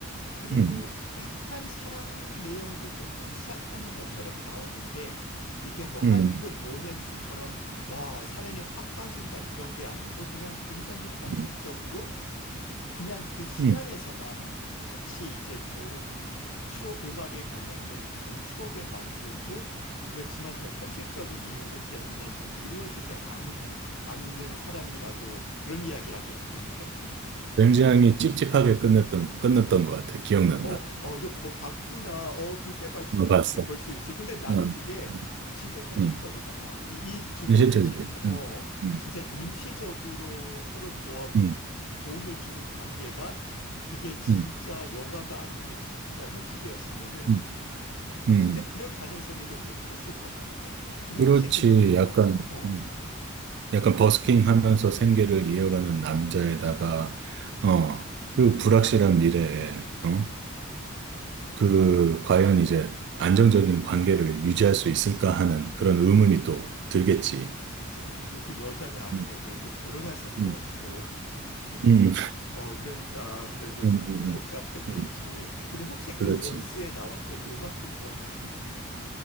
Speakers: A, on the left; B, on the right.
A: 그리고
B: 응,
A: 약간 사랑 내용도 조금 시작하는 것처럼 나오는데 이게 뭐 할리우드
B: 응,
A: 로맨스처럼 와, 사랑에 확 빠진다 그런 게 아니고 그냥 굉장히 현실적으로
B: 응,
A: 그냥 그 시간에서만
B: 응.
A: 같이 이제 좋은 추억, 음악에 관련된 좋은 추억을 만들고 그렇지만 더 현실적인 이유들 때문에 좀 이루어지지 않은, 않는 사랑이라고 그런 이야기라고 보면 돼.
B: 굉장히 찝찝하게 끝냈던, 끝났던 것 같아. 기억난다.
A: 어, 어, 너 보- 봤구나. 어, 그렇게 볼 수
B: 이거
A: 있지.
B: 봤어.
A: 볼 수 있지. 근데 나는
B: 응,
A: 그게
B: 응,
A: 진짜 현실적이다.
B: 응.
A: 이, 이 두
B: 현실적이지.
A: 분은 진짜, 어,
B: 응, 응,
A: 진짜 임시적으로 서로 도와,
B: 응,
A: 도움을 주는 관계가 그게 진짜
B: 응,
A: 영화가 아니고 진짜 현실이었으면은
B: 응. 응.
A: 진짜 그럴 가능성이 더 높았을 것 같아. 근데
B: 그렇지.
A: 혹시 그 여, 어,
B: 약간,
A: 어,
B: 음, 약간 버스킹 하면서 생계를 이어가는 남자에다가, 어, 그 불확실한 미래에, 어? 그, 과연 이제 안정적인 관계를 유지할 수 있을까 하는 그런 의문이 또 들겠지.
A: 그치. 그리고 그 여자는 아무래도
B: 음,
A: 또 결혼한 상태였고.
B: 음, 음,
A: 어, 그러니까 아무래도
B: 음,
A: 좀
B: 음,
A: 더 복잡했겠지.
B: 음. 음,
A: 근데 혹시 그
B: 그렇지.
A: 온스에 나왔던 음악도 기억나니?